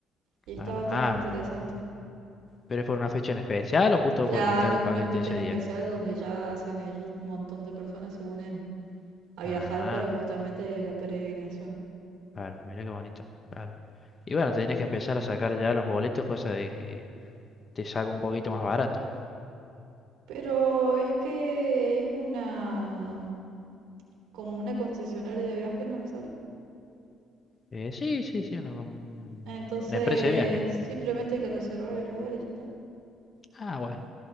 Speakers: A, on the right; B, on the left.
A: Y está
B: Claro.
A: bastante
B: Ah,
A: interesante.
B: pero es por una fecha en especial o justo
A: Claro,
B: porque está el
A: es
B: paquete
A: una fecha
B: ese
A: en
B: día.
A: especial donde ya hacen ellos un montón de personas se unen a viajar
B: Ah,
A: para justamente la peregrinación.
B: claro, mira qué bonito. Claro. Y bueno, tenés que empezar a sacar ya los boletos, cosa de que te salga un poquito más barato.
A: Pero es que es una como una concesionaria de viajes, no me sale.
B: Eh, sí, sí, sí, una, com-
A: Entonces,
B: una empresa de viaje.
A: simplemente hay que reservar el lugar y ya está.
B: Ah, bueno.